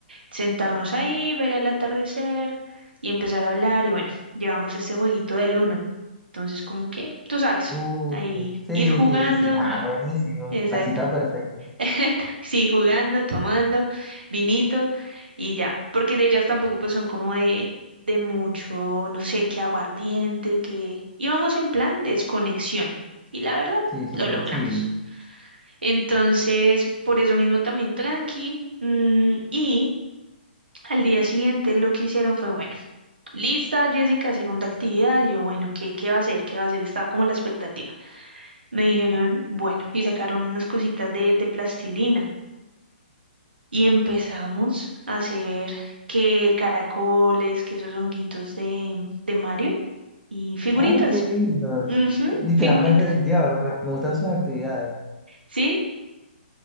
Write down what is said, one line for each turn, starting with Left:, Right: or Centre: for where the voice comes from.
Right: sentarnos ahí, ver el atardecer y empezar a hablar. Y bueno, llevamos este jueguito del uno. Entonces, como que, tú sabes,
Centre: Uh,
Right: ahí
Centre: Sí,
Right: ir jugando.
Centre: sí, sí, nada, buenísimo.
Right: Exacto.
Centre: La cita perfecta.
Right: <laughs> Sí, jugando, tomando vinito y ya, porque de ellas tampoco pues son como de, de mucho, no sé, qué aguardiente, que íbamos en plan desconexión y la verdad
Centre: Sí, súper
Right: lo logramos.
Centre: chill.
Right: Entonces, por eso mismo también tranqui mm, y al día siguiente lo que hicieron fue, bueno, lista Jessica, segunda actividad, y yo, bueno, ¿qué, qué va a hacer? ¿Qué va a hacer? Estaba como la expectativa. Me dijeron, bueno, y sacaron unas cositas de, de plastilina. y empezamos a hacer que caracoles, que esos honguitos de, de Mario y figuritas.
Centre: Ay, qué lindo.
Right: Ujú,
Centre: Literalmente,
Right: figuritas.
Centre: Dios, me, me gustan sus actividades.
Right: Sí,